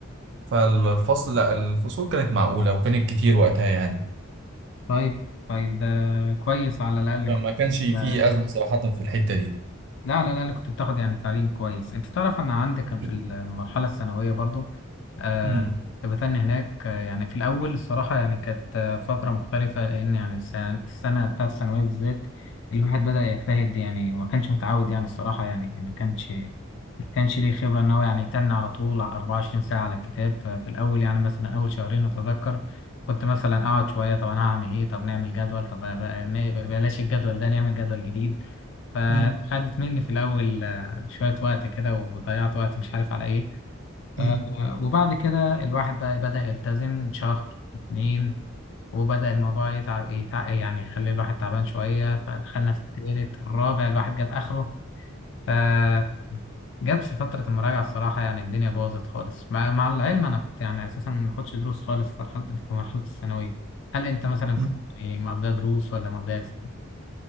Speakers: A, on the right; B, on the left.
A: فالفصل لا الفصول كانت معقولة وكانت كتير وقتها يعني
B: طيب طيب ده كويس على الأقل
A: فما
B: كنت
A: كانش
B: بتاخد-
A: فيه أزمة صراحة في الحتة دي
B: لا على الأقل كنت بتاخد يعني تعليم كويس أنت تعرف أنا عندي كان في
A: مم.
B: المرحلة الثانوية برضو آه،
A: مم.
B: كنت بتني هناك آه، يعني في الأول الصراحة يعني كانت آه، فترة مختلفة لأن يعني السنة, السنة بتاعت الثانوية بالذات الواحد بدأ يجتهد يعني وما كانش متعود يعني الصراحة يعني ما كانش ما كانش ليه خبرة إن هو يعني يتني على طول على 24 ساعة على الكتاب ففي الأول يعني مثلا أول شهرين أتذكر كنت مثلا أقعد شوية طب أنا هعمل إيه طب نعمل جدول طب بقى- بقى- ما- بلاش الجدول ده نعمل جدول جديد فخدت
A: مم.
B: مني في الأول آه، شوية وقت كده وضيعت وقت مش عارف على إيه آه،
A: مم.
B: وبعد كده الواحد بقى بدأ يلتزم شهر اتنين وبدأ الموضوع يتعب يتع... يعني يخلي الواحد تعبان شوية فدخلنا في التالت الرابع الواحد جاب آخره فجت في فترة المراجعة الصراحة يعني الدنيا باظت خالص مع, مع العلم أنا كنت يعني أساسا ما باخدش دروس خالص في مرحلة في مرحلة الثانوية هل أنت مثلا
A: مم.
B: كنت يعني مقضيها دروس ولا مقضيها إزاي؟